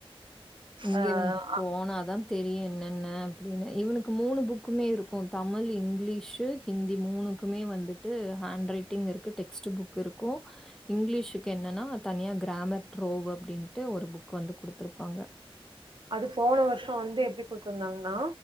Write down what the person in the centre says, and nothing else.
இங்க
இவனுக்கு போனாதான் தெரியு என்னென்ன அப்படின்னு இவனுக்கு மூணு புக்குமே இருக்கு தமிழ் இங்கிலீஷு ஹிந்தி மூணுக்குமே வந்துட்டு ஹேண்ட் ரைட்டிங் இருக்கு டெக்ஸ்ட் புக் இருக்கு இங்கிலீஷுக்கு என்னன்னா தனியா கிராமர் ட்ரோ அப்டின்ட்டு ஒரு புக் வந்து குடுத்துருப்பாங்க